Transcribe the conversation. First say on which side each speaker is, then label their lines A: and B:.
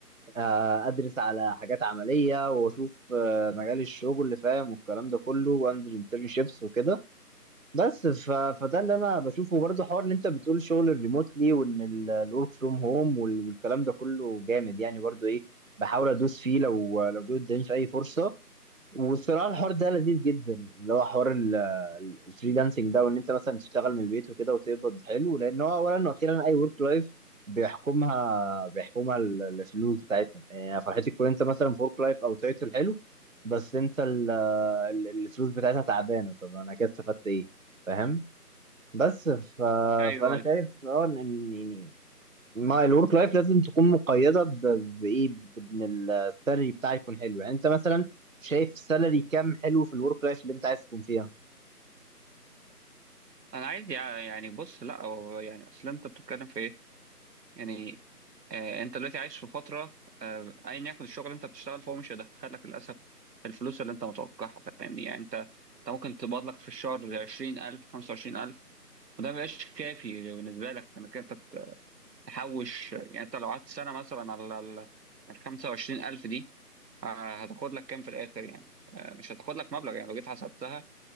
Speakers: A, on the right (about 55°); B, on the right (about 90°).
A: آه، ادرس على حاجات عمليه واشوف آه، مجال الشغل اللي فاهم والكلام ده كله وانزل انترنشيبس وكده بس ف... فده اللي انا بشوفه برضه حوار اللي انت بتقول شغل الريموتلي وان الورك فروم هوم والكلام ده كله جامد يعني برضه ايه بحاول ادوس فيه لو لو جه قدامي في اي فرصه والصراحه الحوار ده لذيذ جدا اللي هو حوار ال- ال- الفريلانسنج ده وان انت مثلا تشتغل من البيت وكده وتقبض حلو لان هو اولا واخيرا اي ورك لايف بيحكمها بيحكمها ال- الفلوس بتاعتها يعني فرحتي تكون انت مثلا في ورك لايف او تايتل حلو بس انت ال- ال- الفلوس بتاعتها تعبانه طب انا كده استفدت ايه فاهم بس ف...
B: ايوه
A: فانا
B: ايوه
A: شايف اه ان إن- يعني ما الورك لايف لازم تكون مقيده ب- بايه بان السالري بتاعي يكون حلو يعني انت مثلا شايف سالري كام حلو في الورك لايف اللي انت عايز تكون فيها
B: انا عايز يع- يعني بص لا هو يعني اصل انت بتتكلم في ايه يعني آه، انت دلوقتي عايش في فتره آه، ايا يكن الشغل اللي انت بتشتغل فهو مش هيدخلك للاسف الفلوس اللي انت متوقعها فاهمني يعني انت انت ممكن تقبض لك في الشهر 20000 25000 وده ما بيبقاش كافي بالنسبه لك انك انت ت- تحوش يعني انت لو قعدت سنه مثلا على ال ال 25000 دي آه، هتاخد لك كام في الاخر يعني آه، مش هتاخد لك مبلغ يعني لو جيت حسبتها